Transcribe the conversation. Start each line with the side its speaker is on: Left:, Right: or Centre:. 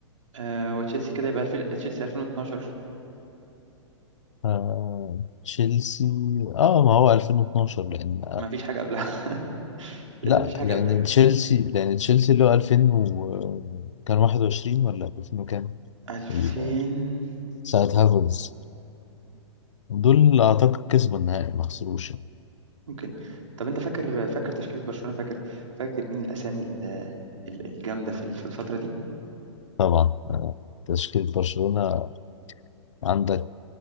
Right: آه وتشيلسي كده يبقى الف... تشيلسي 2012
Left: آه... تشيلسي اه ما هو 2012 لأن آه،
Right: ما فيش حاجة قبلها <laughs> لأن
Left: لا
Right: ما فيش حاجة
Left: لأن
Right: قبلها
Left: تشيلسي لأن تشيلسي اللي هو 2000 و... كان 21 ولا 2000 وكام
Right: 2021
Left: ال- ساعة هافرز دول أعتقد كسبوا النهائي ما خسروش يعني.
Right: ممكن طب أنت فاكر فاكر تشكيلة برشلونة فاكر فاكر مين الأسامي ال- ال- الجامدة في ال- في الفترة دي
Left: طبعا آه، تشكيلة برشلونة عندك